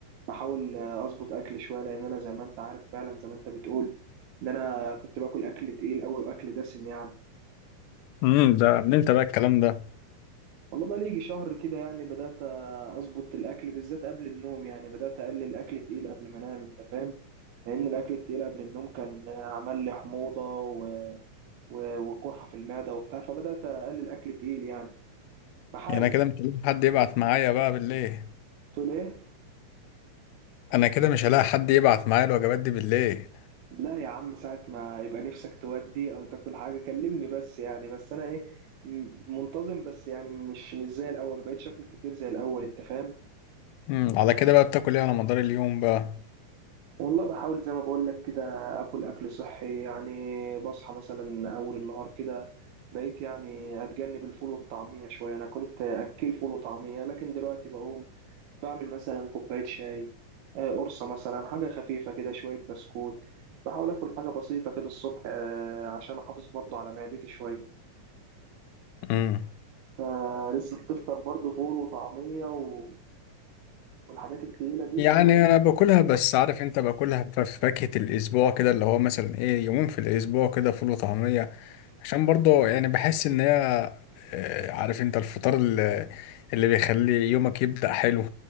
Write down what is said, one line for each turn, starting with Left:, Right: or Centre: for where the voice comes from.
Right: بحاول آه، اظبط اكل شويه لان انا زي ما انت عارف فعلا زي ما انت بتقول ان انا كنت باكل اكل تقيل قوي واكل دسم يعني
Left: امم ده من انت بقى الكلام ده
Right: والله بقى لي يجي شهر كده يعني بدأت أظبط الأكل بالذات قبل النوم يعني بدأت أقلل أكل تقيل قبل ما أنام أنت فاهم لأن الأكل التقيل قبل النوم كان عمل لي حموضة و... و... وقرحة في المعدة وبتاع فبدأت أقلل أكل تقيل يعني بحاول
Left: يعني انا كده مش هلاقي حد يبعت معايا بقى بالليل
Right: تقول إيه؟
Left: انا كده مش هلاقي حد يبعت معايا الوجبات دي بالليل
Right: لا يا عم ساعة ما يبقى نفسك تودي أو تاكل حاجة كلمني بس يعني بس أنا إيه م- منتظم بس يعني مش مش زي الأول مبقتش آكل كتير زي الأول أنت فاهم
Left: امم على كده بقى بتاكل ايه على مدار اليوم بقى
Right: والله بحاول زي ما بقول لك كده اكل اكل صحي يعني بصحى مثلا اول النهار كده بقيت يعني اتجنب الفول والطعميه شويه انا كنت اكل فول وطعميه لكن دلوقتي بقوم بعمل مثلا كوبايه شاي آه، قرصه مثلا حاجه خفيفه كده شويه بسكوت بحاول اكل حاجه بسيطه كده الصبح آه، عشان احافظ برضو على معدتي شويه
Left: امم
Right: آه، لسه بتفطر برضو فول وطعميه و- والحاجات التقيله دي
Left: يعني انا باكلها بس عارف انت باكلها في فاكهة الاسبوع كده اللي هو مثلا ايه يومين في الاسبوع كده فول وطعمية عشان برضه يعني بحس ان هي آه، عارف انت الفطار اللي, اللي بيخلي يومك يبدأ حلو